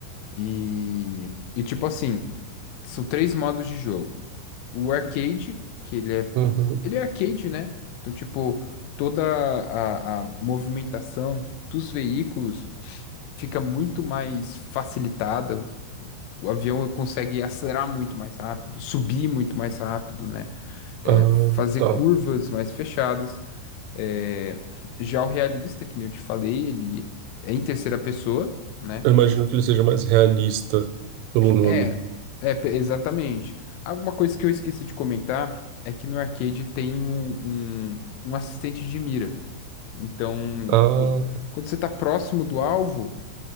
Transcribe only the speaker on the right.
Aham.
Ah,
tá.
Eu imagino que ele seja mais realista pelo nome.
Ah,